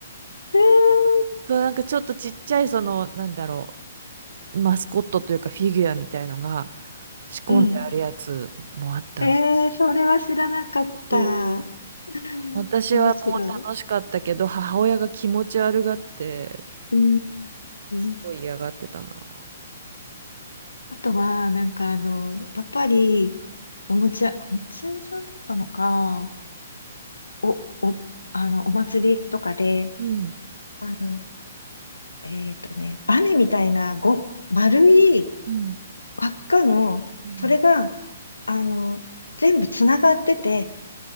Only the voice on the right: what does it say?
そう、なんかちょっとちっちゃいその、なんだろう、マスコットというかフィギュアみたいのが仕込んであるやつもあったの。
そう。
私はもう楽しかったけど、
母親が気持ち悪がって、
すごい嫌がってたな。
うん、
うん、
うん。